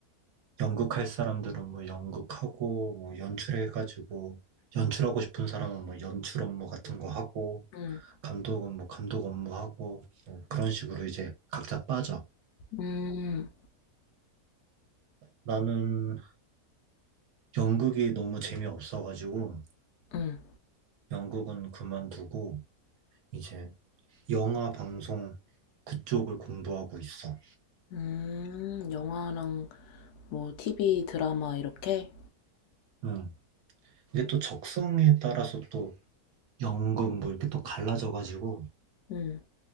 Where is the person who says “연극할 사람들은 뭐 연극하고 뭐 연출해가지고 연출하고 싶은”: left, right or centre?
Right